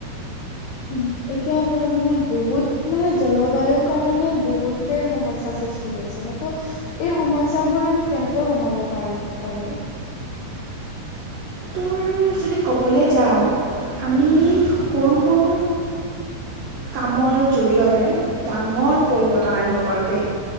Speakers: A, on the left; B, on the right.
A: উম, এতিয়া ধৰ মানে বহুত মানে জলবায়ুৰ কাৰণে বহুতেই সমস্যা সৃষ্টি হৈছে ন ত এই সমস্যাবোৰ আমি কেনেকৈ কমাব পাৰো পাৰো
B: তোৰ যদি ক'বলৈ যাওঁ আমি
A: উম,
B: সৰু সৰু কামৰ জৰিয়তে ডাঙৰ পৰিৱৰ্তন আনিব পাৰোঁ দেই